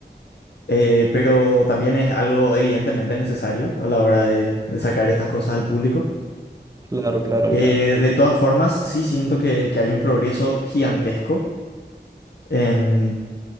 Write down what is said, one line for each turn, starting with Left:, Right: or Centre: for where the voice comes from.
Left: Eh, pero también es algo evidentemente necesario a la hora de, de sacar estas cosas al público.
Right: Claro, claro,
Left: Eh,
Right: claro,
Left: de todas formas, sí siento que, que hay un progreso gigantesco en,